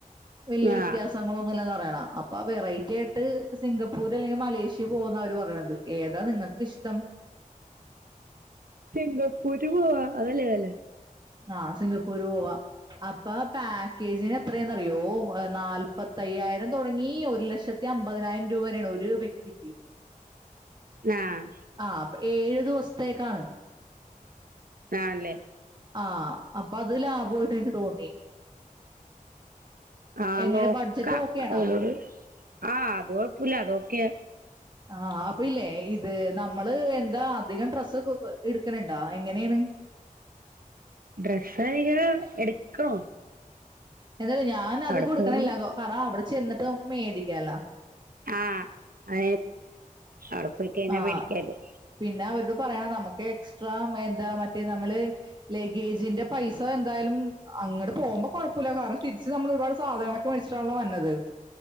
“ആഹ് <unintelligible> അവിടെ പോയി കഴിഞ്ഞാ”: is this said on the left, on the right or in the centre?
Right